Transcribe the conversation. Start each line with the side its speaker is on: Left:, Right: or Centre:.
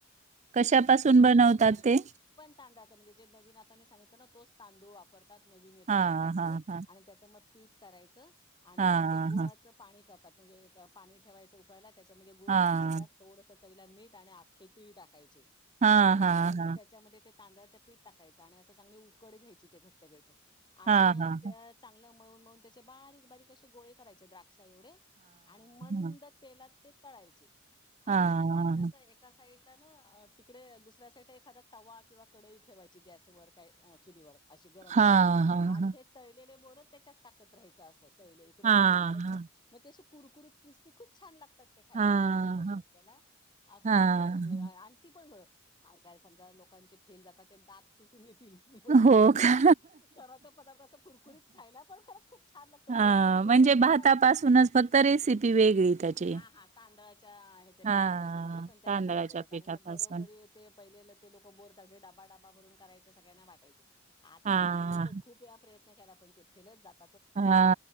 Right: कशापासून बनवतात ते
Left: तांददाच म्हणजे जे नवीन आता मी सांगितलं ना तोच तांदूळ वापरतात नवीन येतो
Right: हां,
Left: शेतात
Right: हां,
Left: तो
Right: हां.
Left: आणि त्याच मग पीठ करायचं आणि
Right: हां,
Left: मग असं गुळाचं
Right: हां.
Left: पाणी करतात म्हणजे पाणी ठेवायचं उकळला त्याच्यामध्ये गुळ
Right: हां.
Left: टाकायचा थोडस चवीला मीठ आणि आख्खे तीळ टाकायचे
Right: हा हा
Left: आणि मग
Right: हा
Left: त्याच्यामध्ये ते तांदळा्याच पीठ टाकायच आणि अस चांगली उकड घ्यायची ते घट्ट घट आणि
Right: हां,
Left: मग
Right: हां,
Left: त्या चांगल्या मळून मळून त्याचे बारीक बारीक असे गोळे करायचे द्राक वढ आणि मंद
Right: हां.
Left: तेलात ते तळायचे
Right: हां,
Left: आणि मग ते काय
Right: हां.
Left: करायचं एका साइडला ना तिकडे दुसऱ्या साईडला एखादा्या तवा किंवा कडई ठेवायची गॅसवर काय चुरीवर अशी गरम
Right: हां,
Left: करत
Right: हां,
Left: आणि
Right: हां, हां.
Left: हे तळलेले बोरत त्याच्यात टाकत राहायचं असत इकडे
Right: हां,
Left: तळकडे
Right: हां.
Left: मग त्याची कुरकुरीत क्रिस्पी खूप छान लागते ते खायला
Right: हां,
Left: बोरं बोलतात
Right: हां.
Left: त्याला असं
Right: हां,
Left: म्हणजेतोय
Right: हां.
Left: आणि ती पण ब काय काय समजा लोकांचे फेल जातात ते दात तुटून येत वकड
Right: हो
Left: होत
Right: का?
Left: खर तर पदार्थ अस कुरकुरीत खायला पण खंच खूप छान लागतं
Right: हां,
Left: गोड बोर म्हणजे
Right: भातापासूनच फक्त रेसिपी वेगळी त्याची.
Left: हा हा तांदळाच्या ह्याच्या
Right: हां,
Left: पठपास प त्याला
Right: तांदळाच्या
Left: बोरत
Right: पिठापासून.
Left: म घरोघरी ते पहिले लोक डबा भ कय सगळ्यांना वा आी
Right: हां,
Left: खूप प्रय केला पण ते फेलत जात
Right: हा